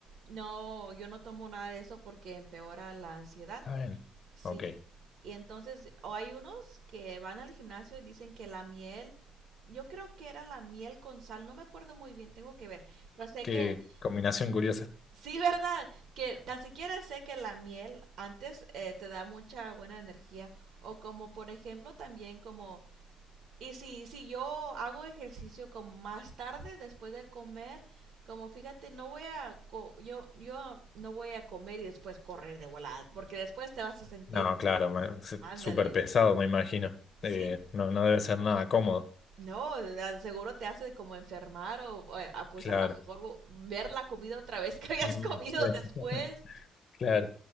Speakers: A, on the right (about 65°); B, on the left (about 45°).
A: no, yo no tomo nada de eso porque empeora la ansiedad.
B: Está bien.
A: Sí,
B: Ok.
A: y entonces, o hay unos que van al gimnasio y dicen que la miel, yo creo que era la miel con sal, no me acuerdo muy bien, tengo que ver, pero sé
B: Qué
A: que, <laughs>
B: combinación curiosa.
A: sí, ¿verdad? Que tan siquiera sé que la miel antes eh, te da mucha buena energía, o como por ejemplo también como, y si, si yo hago ejercicio como más tarde después de comer, como fíjate, no voy a, co- yo, yo no voy a comer y después correr de volada, porque después te vas a sentir,
B: No, claro, me- se-
A: ándale.
B: súper pesado, me imagino.
A: Sí,
B: Eh, no, no debe ser nada cómodo.
A: no, a- seguro te hace como enfermar o, o, ah, pues
B: Claro.
A: a lo mejor vo- ver la comida otra vez que <laughs> habías
B: Mm,
A: comido
B: sí.
A: después
B: <laughs> Claro.